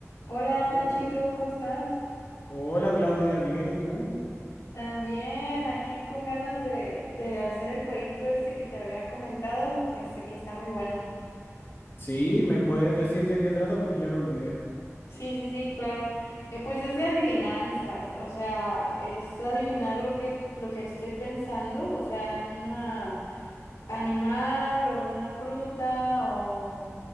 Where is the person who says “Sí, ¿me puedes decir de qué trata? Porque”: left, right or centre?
Left